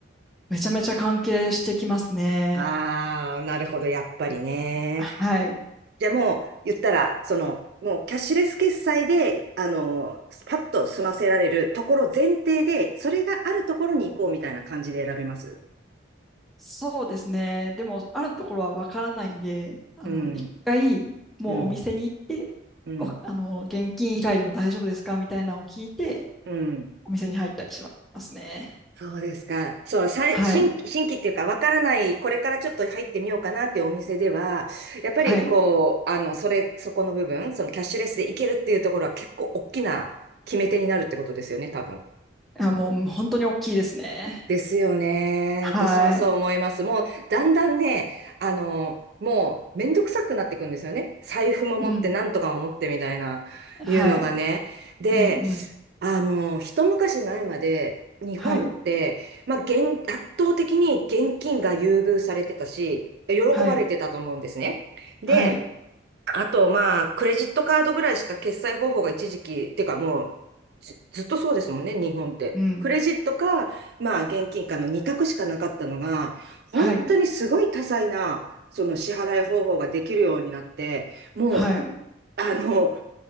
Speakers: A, in the centre; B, on the right.
A: めちゃめちゃ関係してきますね。
B: ああー、なるほど、やっぱりね。
A: はい。
B: じゃあもう、言ったら、その、もうキャッシュレス決済で、あの、パッと済ませられるところ前提で、それがあるところに行こうみたいな感じで選びます。
A: そうですね。でも、あるところはわからないんで、あの、
B: うん、
A: 一回、もうお店に行って、
B: うん、うん、
A: お、あの、現金以外でも大丈夫ですかみたいなのを聞いて、
B: うん。
A: お店に入ったりしますね。
B: そうですか。その最、
A: はい。
B: 新、新規っていうか、わからない、これからちょっと入ってみようかなっていうお店では、やっぱりこう、
A: はい。
B: あの、それ、そこの部分、そのキャッシュレスでいけるっていうところは結構大きな決め手になるってことですよね、多分。
A: あ、もう、本当に大きいですね。
B: ですよね。
A: はい。
B: 私もそう思います。もう、だんだんね、あの、もう、めんどくさくなってくんですよね。財布も持って、
A: うん。
B: なんとかも持ってみたいな、いうのがね。
A: はい。
B: で、
A: うん、うん。
B: あの、一昔前まで、日本って、
A: はい。
B: まあ、現、圧倒的に現金が優遇されてたし、喜ばれてたと思うんですね。
A: はい。
B: で、
A: はい。
B: あと、まあ、クレジットカードぐらいしか決済方法が一時期、っていうかもう、ず、ずっとそうですもんね、日本って。
A: うん。
B: クレジットか、まあ、現金かの二択しかなかったのが、本当にすごい多彩な、
A: はい。
B: その支払い方法ができるようになって、もう、
A: はい。
B: あの、